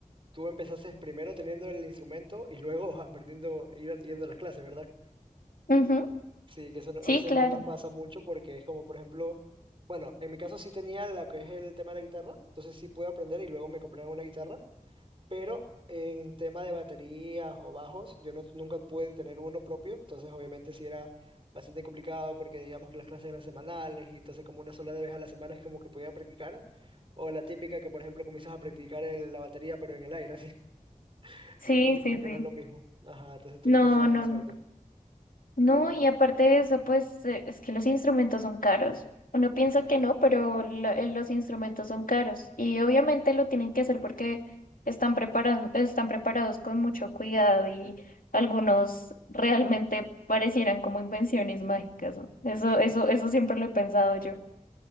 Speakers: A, on the right; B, on the left.
A: tú empezaste primero teniendo el instrumento y luego <laughs> aprendiendo, ir- yendo a las clases, ¿verdad?
B: Ujú.
A: Sí, que eso no-
B: Sí,
A: a veces
B: claro.
A: no nos pasa mucho porque es como, por ejemplo, bueno, en mi caso sí tenía la que es el tema de la guitarra, entonces sí pude aprender y luego me compraron una guitarra, pero en tema de baterías o bajos, yo no, nunca pude tener uno propio, entonces obviamente sí era bastante complicado porque digamos que las clases eran semanales y entonces como una sola vez a la semana es como que podía practicar, o la típica que por ejemplo comienzas a practicar el- la batería pero en el aire, así, <laughs>
B: Sí,
A: entonces como
B: sí,
A: que
B: sí.
A: no es lo mismo. Ajá, entonces tuviste
B: No,
A: esa
B: no,
A: suerte.
B: no. No, y aparte de eso, pues eh, es que los instrumentos son caros. Uno piensa
A: Exacto.
B: que no, pero lo- eh, los instrumentos son caros. Y obviamente lo tienen que hacer porque están preparados, están preparados con mucho cuidado y algunos realmente parecieran como invenciones mágicas, ¿no? Eso, eso, eso siempre lo he pensado yo.